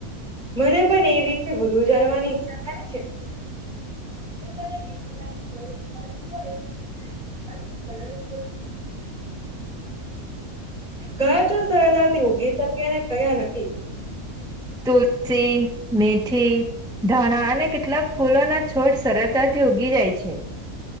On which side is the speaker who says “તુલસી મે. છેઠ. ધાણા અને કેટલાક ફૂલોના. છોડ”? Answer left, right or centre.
Centre